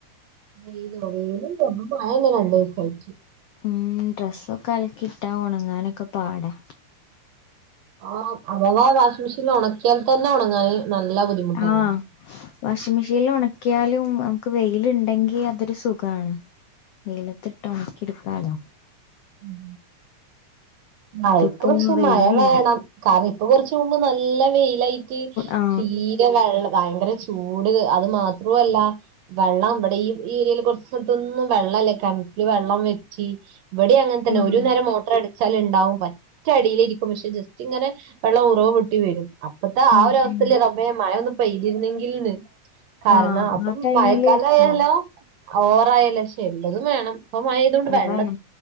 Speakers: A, on the right; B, on the left.
A: വയില <unintelligible> രണ്ടു ദിവസംഴച്ചു
B: ഉം ഡ്രസ്സൊക്കെ അലക്കി ഇട്ടാ ഉണങ്ങാനൊക്കെ പാടാ
A: ആഹ് അതവ വാഷിങ് മെഷീനിൽ ഉണക്കിയാൽ തന്നെ ഉണങ്ങാൻ നല്ല ബുദ്ധിമുട്ടന്നെ
B: ആഹ വാഷിംഗ മെഷീനിൽ ഉണക്കിയാലും നമക്ക് വെയില് ഉണ്ടെങ്കി അതൊരുസുഖണ് നെയിലത്തി ഇട്ടഒണക്കി എടുക്കാലോ
A: ഉം മയാക്ക്പക്ഷെ
B: ഇതിപ്പോ വെയിലില്ല
A: മയ വേണം കാരണം ഇപ്പൊ കുറച്ച മുമ്പ് നല്ല വെയിലായിട്ട്
B: ആ
A: വെള്ളം ഭയങ്കര ചൂട് അത് മാത്രോല്ല വെള്ളം ഇവിടെ ഈ ഈ ഏരിയയിൽ കുറച്ചസ്ഥലത്തൊന്നും വെള്ളല്ല കിണറ്റിലെ വെള്ളം വെറ്റി ഇവിടെൻ അങ്ങനെ തന്നെ
B: ആഹ്
A: ഒരു നേരം മോട്ടർ അടി ചലുണ്ടാവും പറ്റ അടിയിലിരിക്കും പക്ഷെ ജസ്റ്റ് ഇങ്ങനെ വെള്ളം ഉറവ് പൊട്ടി വരും അപ്പത്തെ ആ
B: ഉം
A: ഒരു അവസ്ഥൽ
B: ഉം
A: റബ്ബെ മയ മഴ ഒന്ന് പെയ്ന്നെങ്കിലെന്ന് കാരണം
B: ആഹ്
A: അപ്പം
B: ആ ടൈമില്
A: മയ ക്കാല ആയല്ലോ
B: ആഹ്
A: ഓവറായല്ലക്ഷെ എല്ലതും വേണം ഇപ്പ മ യപെയ്ധോണ്ട്
B: അതാണ്
A: വെള്ള